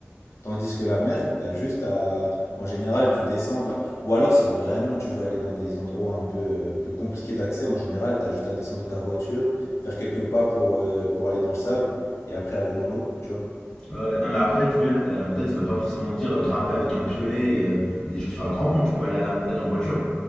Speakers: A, on the left (about 75°); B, on the left (about 15°).
A: Tandis que la mer, t'as juste à... En général, tu descends, enfin... Ou alors, si vraiment tu veux aller dans des endroits un peu, euh, un peu compliqués d'accès, en général, t'as juste à descendre de ta voiture, faire quelques pas pour, euh, pour aller dans le sable, et après aller dans l'eau, tu vois.
B: Ouais, non mais après tu vois la montagne ça veut pas forcément dire euh, grimper avec un piolet et, euh, et des chaussures à crampons, tu peux aller à la montagne en voiture,